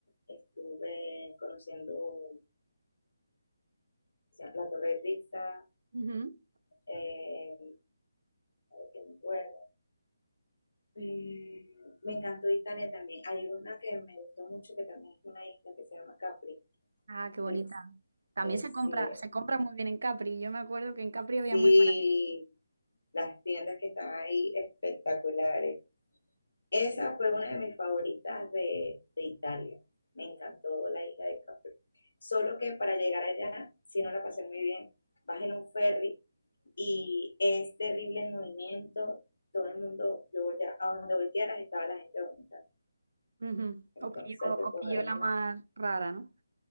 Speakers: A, on the left; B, on the right.
A: estuve conociendo la Torre de Pizza,
B: Ujú.
A: eh, que me acuerdo. Eh, me encantó Italia también. Hay una que me gustó mucho, que también es una isla que se llama Capri.
B: Ah, qué bonita.
A: Es,
B: También
A: es,
B: se compra,
A: sí, es-
B: se compra muy bien en Capri. Yo me acuerdo que en Capri había
A: sí,
B: muy
A: las tiendas que están ahí espectaculares. Esa fue una de mis favoritas de, de Italia. Me encantó la isla de Capri. Solo que para llegar allá, si no la pasé muy bien, vas en un ferry y es terrible el movimiento, todo el mundo, yo voltea, a donde voltearas estaba la gente vomitando,
B: Ujú.
A: entonces
B: O pilló,
A: te
B: o
A: podrás
B: pilló la
A: imaginar.
B: más rara, ¿no?